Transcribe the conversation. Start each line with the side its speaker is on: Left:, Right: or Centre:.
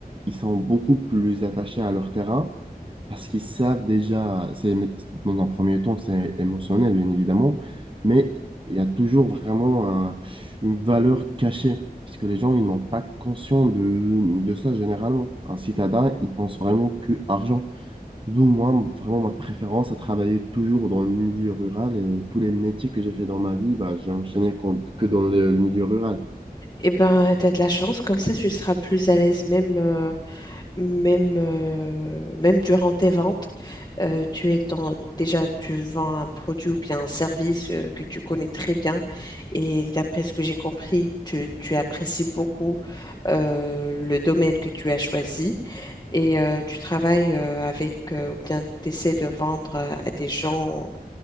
Right: ils sont beaucoup plus attachés à leur terrain parce qu'ils savent déjà, c'est émo- dans un premier temps, c'est émotionnel, bien évidemment, mais il y a toujours vraiment un- une valeur cachée. Parce que les gens, ils n'ont pas conscience de, de ça généralement. Un citadin, il pense vraiment que argent. D'où moi, vraiment ma préférence à travailler toujours dans le milieu rural et tous les métiers que j'ai fait dans ma vie, bah, j'ai enchaîné qu'on- que dans le, le milieu rural.
Left: Eh ben, t'as de la chance, comme ça tu seras plus à l'aise même euh, même, euh, même durant tes ventes, euh, tu es dans- déjà, tu vends un produit ou bien un service euh, que tu connais très bien. Et d'après ce que j'ai compris, tu, tu apprécies beaucoup euh, le domaine que tu as choisi. Et euh, tu travailles euh, avec, euh, ou bien tu essaies de vendre euh, à des gens